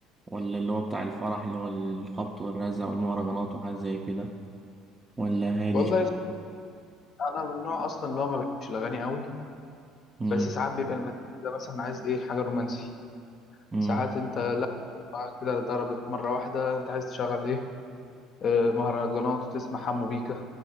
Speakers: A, on the right; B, on the left.
A: ولا اللي هو بتاع الفرح اللي هو الخبط والرزع والمهرجانات وحاجات زي كده ولا هادي
B: والله
A: شوية؟
B: انا من النوع اصلا اللي هو ما بحبش الاغاني قوي
A: مم.
B: بس ساعات بيبقى المزاج ده مثلا عايز ايه حاجه رومانسي
A: مم.
B: ساعات انت لا بقى كده ضربت مره واحده انت عايز تشغل ايه آه، مهرجانات وتسمع حمو بيكا